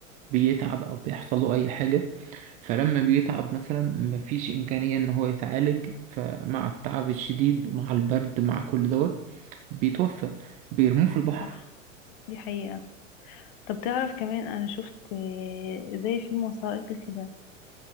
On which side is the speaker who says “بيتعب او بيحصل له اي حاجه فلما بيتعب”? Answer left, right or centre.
Right